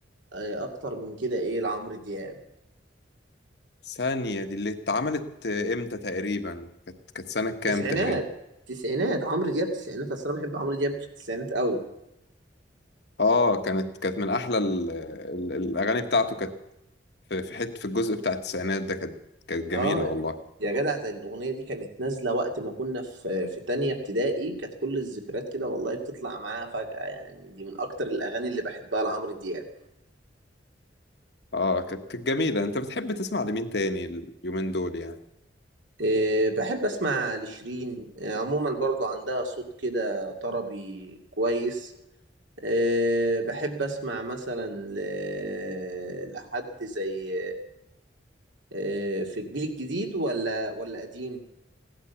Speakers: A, on the right; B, on the left.
A: آه، اكتر من كده ايه لعمرو دياب
B: ثانية دي اللي اتعملت إمتى تقريبا كانت كانت سنة كام
A: تسعينات
B: تقريبا
A: تسعينات عمرو دياب تسعينات اصل انا بحب عمرو دياب في التسعينات قوي
B: آه كانت كانت من أحلى ال... ال... الأغاني بتاعته كانت في في حتة في الجزء بتاع التسعينات ده كانت كانت جميلة
A: اه
B: والله
A: يا جدع ده الاغنيه دي كانت نازله وقت ما كنا في في تانية ابتدائي كانت كل الذكريات كده والله بتطلع معاها فجأة يعني دي من اكتر الاغاني اللي بحبها لعمرو دياب
B: آه كانت كانت جميلة أنت بتحب تسمع لمين تاني اليومين دول يعني
A: إيه بحب اسمع لشيرين إيه عموما برضو عندها صوت كده طربي كويس إيه بحب اسمع مثلا ل- لحد زي إيه في الجيل الجديد ولا ولا قديم